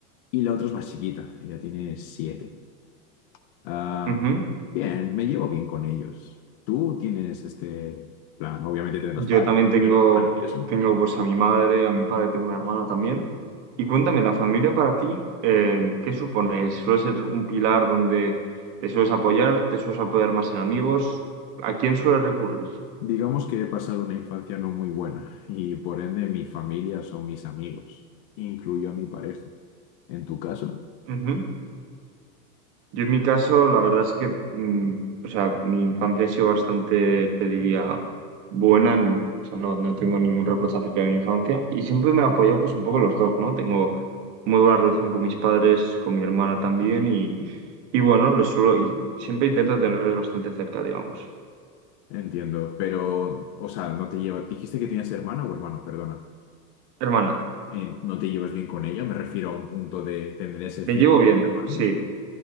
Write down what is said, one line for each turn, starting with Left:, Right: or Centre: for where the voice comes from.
Left: y la otra es más chiquita, ella tiene 7. Ah,
Right: Ujú.
Left: bien, me llevo bien con ellos. Tú tienes este plan, obviamente tendrás
Right: Yo
Left: padres.
Right: también tengo,
Left: pero eso.
Right: tengo pues a mi madre, a mi padre, tengo una hermana también. Y cuéntame, la familia para ti, eh, ¿qué supone? ¿Suele ser un pilar donde te sueles apoyar, te sueles apoyar más en amigos? ¿A quién sueles recurrir?
Left: Digamos que he pasado una infancia no muy buena y por ende mi familia son mis amigos, incluyo a mi pareja. En tu caso,
Right: Ujú. Yo en mi caso, la verdad es que, mm, o sea, mi infancia ha sido bastante, te diría, buena, en- o sea, no, no tengo ningún reproche acerca de mi infancia y siempre me he apoyado pues un poco los dos, ¿no? Tengo muy buena relación con mis padres, con mi hermana también y, y bueno, les suelo, y siempre intento tenerles bastante cerca, digamos.
Left: entiendo, pero, o sea, no te llevas, dijiste que tenías hermana o hermano, perdona.
Right: Hermana.
Left: Eh, ¿no te llevas bien con ella? Me refiero a un punto de tener ese
Right: Me
Left: fin
Right: llevo
Left: entre
Right: bien,
Left: hermanos.
Right: sí.
Left: o-